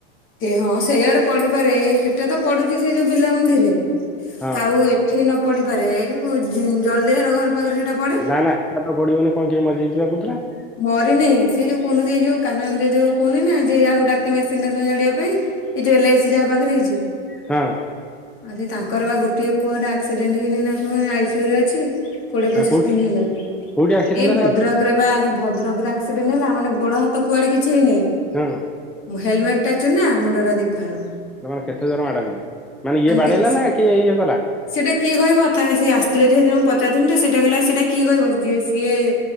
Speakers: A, on the left; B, in the centre.
A: ହଁ ସେଇଆଡେ ପଡିପାରେ ସେଟା ତ ପଡୁଛି ସେଇ ଯୋଉ ବିଲ ମନ୍ଦିରରେ।
B: ହଁ।
A: ଆଉ ଏଠି ନ ପଡିପାରେ ଏଇଉ ଜଲଦିର ଘର ପାଖରେ ଯୋଉଟା ପଡେ।
B: ନା ନା ଛାତ ପଡିବନି କଣ କିଏ ମରିଯାଇଛି ବା କହୁଥିଲା।
A: ମରିନି ସେ ଯୋଉ କହୁ ଏଇ ଯୋଉ କାନନ ଜେଜେ କହୁନ୍ତି ନା ଯେ ଯାହାକୁ ଡାକେ ମେସିନ ଟା ସଜାଡିବା ପାଇଁ। ଏଇ ଯଉ ଏଲ୍ଆଇ ସି ଯାହା ପାଖରେ ହେଇଛି।
B: ହଁ।
A: ଆ ସେ ତାଙ୍କର ବା ଗୋଟିଏ ପୁଅଟା ଆକ୍ସିଡେଣ୍ଟ ହେଇନି ନା କଣ ଆଇସିୟୁରେ ଅଛି। କୋଡିଏ ପଚିଶ
B: ହଁ କୋଉଠି
A: ଦିନ ହେଲାଣି
B: କୋଉଠି ଆକ୍ସିଡେଣ୍ଟ
A: ଏଇ
B: ହେଲା
A: ଭଦ୍ରକ
B: କି?
A: ବା ଭଦ୍ରକରେ ଆକ୍ସିଡେଣ୍ଟ ହେଲା ମାନେ ଗୋଡ ହାତ କୁଆଡେ କିଛି ହେଇନାହିଁ।
B: ହଁ।
A: ହେଲମେଟ ଟା ଚୁନା ମୁଣ୍ଡଟା ଦି ଫାଳ।
B: ତା ମାନେ କେତେ ଜୋରରେ ମାଡ ହେଇଛି ମାନେ ଇଏ ବାଡେଇଲା
A: କେସି
B: ନା କିଏ ଇଏ କଲା?
A: ସେଇଟା କିଏ କହିବ ତା ସେ ଆସିଥିଲେ ଯେହେତୁ ମୁଁ ପଚାରୁଥିଲି ତ ସେଇଟା କହିଲା ସେଇଟା କିଏ କହିବ ଯିଏ ସିଏ